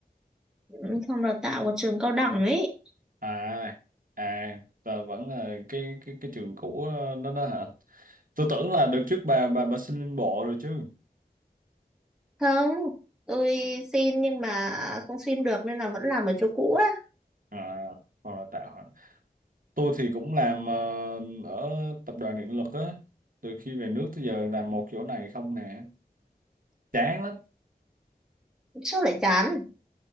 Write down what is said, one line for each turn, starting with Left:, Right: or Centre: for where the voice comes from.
Centre: Ừ, Phòng đào tạo của trường cao đẳng ấy.
Right: À, à, và vẫn là cái cái cái trường cũ ờ, đó đó hả? Tôi tưởng là đợt trước bà bà bà xin lên bộ rồi chứ.
Centre: Không, tôi xin nhưng mà không xin được nên là vẫn làm ở chỗ cũ á.
Right: À, phòng đào tạo hả? Tôi thì cũng làm ờ, ở tập đoàn điện lực á. Từ khi về nước tới giờ làm một chỗ này không nè. Chán lắm.
Centre: Sao lại chán?